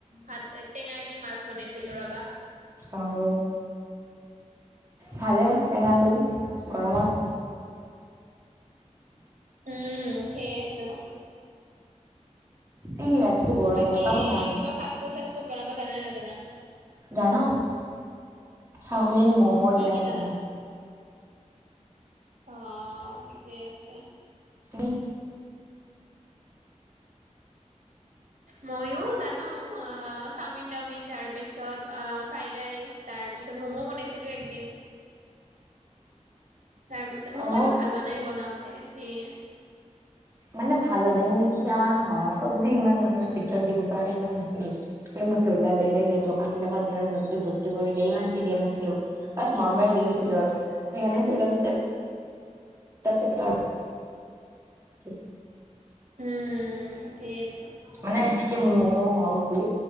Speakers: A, on the right; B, on the right.
A: হাত টেঙাই দি মাছ বনাইছিলো ৰবা
B: অ ভালে টেঙাটো গৰমত
A: উম সেইয়েতো
B: এই ৰাতিটো বৰ
A: বাকী
B: বতাহও নাই
A: কিবা ফাষ্ট-ফুড চাষ্ট-ফুড বনাব জানে নাজানা
B: জানো চাওমিন, মম এইবিলাক
A: কি কি জানা
B: জানো
A: অ ঠিকেই আছে।
B: বৈ
A: মইও জানো আ চাওমিন তাওমিন তাৰ পিছত ফ্ৰাইড ৰাইচ তাৰ পিছত ম'ম বনাইছিলো একদিন তাৰপিছত ম'ম
B: আমাৰ
A: ইমান ভাল হোৱা নাই বনাওঁতে সেয়ে
B: মানে ভাল হোৱা নাই মানে কি আমাৰ ঘৰ চবজি ইমান মানে ভিতৰত দিব পৰাকে ইমান নাছিল। এই মছৰ বিলাক বেলেগ যে দোকান বিলাকত যিমান ভৰ্তি ভৰ্তি কৰি দিয়ে ইমানকে দিয়া নাছিলো ফাষ্ট নৰ্মেল দি দিছিলো আৰু সেইকাৰণে ইমান চেপেটা চেপেটা উ
A: উম সেইতো
B: মানে বেছিকে ম'ম' হওক বুলি